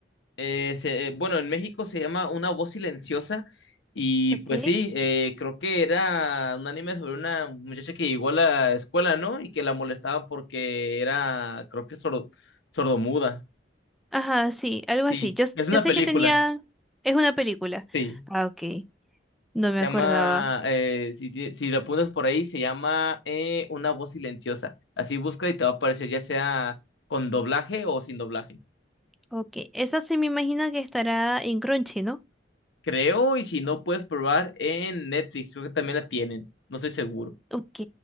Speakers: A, on the left; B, in the centre.
A: Eh, se- eh, bueno, en México se llama Una voz silenciosa y
B: Ok.
A: pues sí, eh, creo que era un anime sobre una muchacha que llegó a la escuela, ¿no? Y que la molestaban porque era, creo que sordo, sordomuda.
B: Ajá, sí, algo
A: Sí,
B: así. Yo, s-
A: es una
B: yo sé
A: película,
B: que tenía... Es una película.
A: sí.
B: Ah, ok, no me
A: Se
B: acordaba.
A: llama, eh, si, si si lo pones por ahí, se llama eh, Una voz silenciosa. Así busca y te va a aparecer ya sea con doblaje o sin doblaje.
B: Ok, esa sí me imagino que estará en Crunchy, ¿no?
A: Creo, y si no, puedes probar en Netflix, creo que también la tienen, no estoy seguro.
B: Ok,